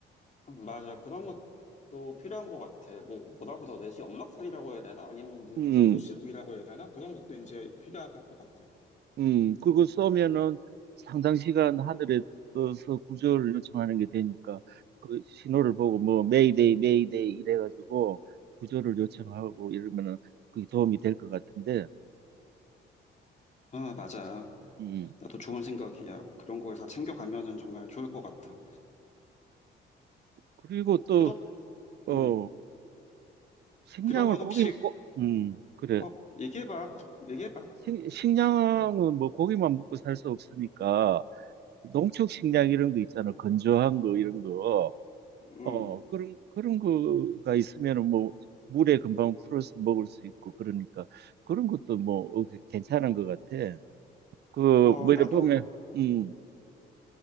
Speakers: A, on the left (about 35°); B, on the right (about 55°).
A: 음, 맞아 그런 것도 필요한 것 같아. 뭐 뭐라고 더 되지? 연막살이라고 해야 되나? 아니면 물,
B: 음,
A: 불꽃시럽이라고 해야 되나? 그런 것도 이제 필요할 것 같네.
B: 음, 그거 쏘면은 상당 시간 하늘에 떠서 구조를 요청하는 게 되니까 그 신호를 보고 뭐 메이데이 메이데이 이래가지고 구조를 요청하고 이러면은 그게 도움이 될 것 같은데.
A: 아, 맞아.
B: 음.
A: 나도 좋은 생각이야. 그런 걸 다 챙겨가면은 정말 좋을 것 같다.
B: 그리고 또
A: 그렇,
B: 어,
A: 음,
B: 식량을
A: 그러면
B: 고기,
A: 혹시,
B: 고, 음, 그래.
A: 어, 얘기해봐, 무- 얘기해봐.
B: 식, 식량은 뭐 고기만 먹고 살 수 없으니까 농축 식량 이런 거 있잖아. 건조한 거 이런 거.
A: 음,
B: 어, 그런, 그런 거가 있으면은 뭐 물에 금방 풀어서 먹을 수 있고 그러니까 그런 것도 뭐 어, 그 괜찮은 것 같아. 그,
A: 어,
B: 뭐
A: 나도
B: 이래 보면, 음,